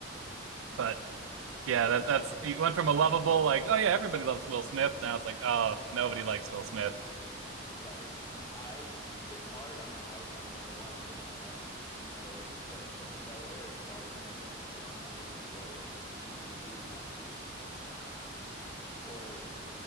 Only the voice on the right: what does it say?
But yeah, that
that's he went from a lovable like oh yeah everybody loves Will Smith now it's like oh nobody likes Will Smith.